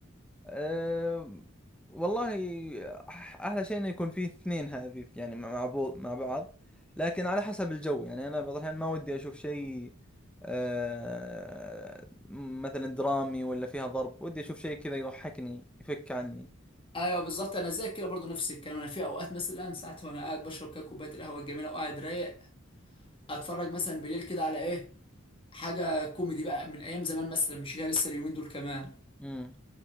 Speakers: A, in the centre; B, on the left.
A: أه والله أح- أحلى شيء إنه يكون فيه اثنين هذه يعني مع بعض مع بعض لكن على حسب الجو يعني أنا بعض الأحيان ما ودي أشوف شيء أه مثلا درامي ولا فيها ضرب ودي أشوف شيء كذا يضحكني يفك عني
B: ايوه بالظبط انا زي كده برضو نفس الكلام انا في اوقات مثلا ساعات وانا قاعد بشرب كده كوبايه القهوه الجميله وقاعد رايق اتفرج مثلا بالليل كده على ايه حاجه كوميدي بقى من ايام زمان مثلا مش هي لسه اليومين دول كمان
A: امم